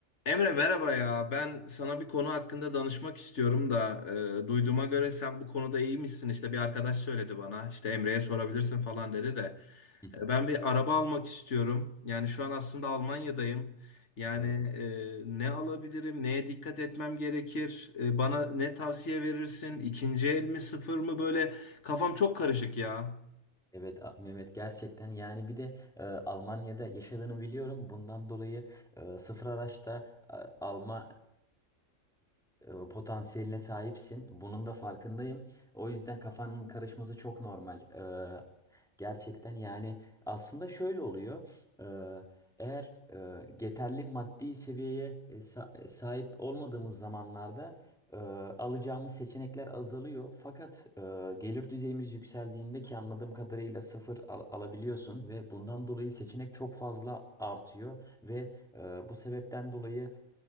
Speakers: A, on the left (about 65°); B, in the centre.
A: Emre merhaba ya. Ben sana bir konu hakkında danışmak istiyorum da e, duyduğuma göre sen bu konuda iyiymişsin. İşte bir arkadaş söyledi bana. İşte Emre'ye sorabilirsin falan dedi de.
B: Hı.
A: E, ben bir araba almak istiyorum. Yani şu an aslında Almanya'dayım. Yani
B: Evet,
A: e, ne alabilirim? Neye dikkat etmem gerekir? E, bana ne tavsiye verirsin? İkinci el mi, sıfır mı? Böyle kafam çok karışık ya.
B: evet A- Mehmet gerçekten yani bir de e, Almanya'da yaşadığını biliyorum. Bundan dolayı e, sıfır araçta e, alma e, potansiyeline sahipsin. Bunun da farkındayım. O yüzden kafanın karışması çok normal. Ee, gerçekten yani aslında şöyle oluyor. Ee, eğer e, yeterli maddi seviyeye e, sa- e, sahip olmadığımız zamanlarda e, alacağımız seçenekler azalıyor. Fakat e, gelir düzeyimiz yükseldiğinde ki anladığım kadarıyla sıfır al- alabiliyorsun ve bundan dolayı seçenek çok fazla artıyor ve e, bu sebepten dolayı